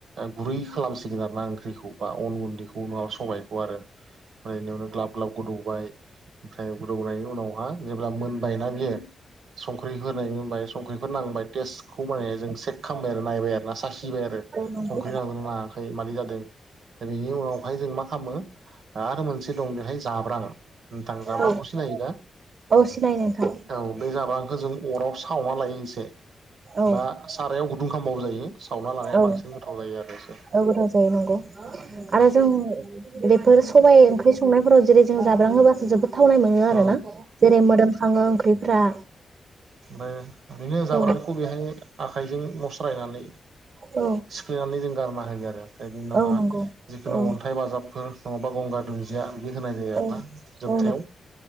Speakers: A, on the right (about 80°); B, on the right (about 60°).
A: गुरै सिगोनार ना ओंख्रिखौ बा अन गुन्दैखौ नङा सबायखौ आरो ओमफ्राय बेयावनो ग्लाब ग्लाब गोदौबाय ओमफ्राय गोदौनायनि उनावहा जेब्ला मोनबाय ना बियो संख्रि बाय संख्रिखौ नांबाय टेस्टखौ माने जों चक ख खालामबाय आरो नायबाय आरो ना साखिबाय आरो
B: नंगौ
A: संख्रि नांदों ना नाङाखै आ मादै जादों दा बेनि उनावहाय जों मा खालामो आरो मोनसे दं बेहाय जाब्रां नोंथां जाब्रांखौ
B: औ
A: सिनायो दा
B: औ सिनायो नोंथां
A: औ बे जाब आखौ जों अराव सावना लायो इसे
B: औ
A: बा सा सायाव गुदुं खालामबावो जायो सावना लानाया
B: औ
A: बांसिन गोथाव जायो आरो इसोर।
B: औ गोथाव जायो नंगौ आरो जों बेफोर सबाय ओंख्रि संनायफोराव जेरै जों जाब्राङोबासो जोबोद थावनाय मोनो आर
A: औ
B: ना जेरै मोदोमखाङो ओंख्रिफ्रा
A: ओमफ्राय ओरैनो जाब्रांखौ
B: औ
A: बेहाय आखाइजों मस्रायनानै
B: औ
A: सिखायनानै जों गारना होयो आरो। ओमफ्राय उनावहा
B: औ नंगौ
A: जिखुनु
B: औ
A: अन्थाइ बाजाबफोर नङाबा गंगार द बिहादि होनाय जायो
B: औ
A: आरोना जोबथायाव
B: औ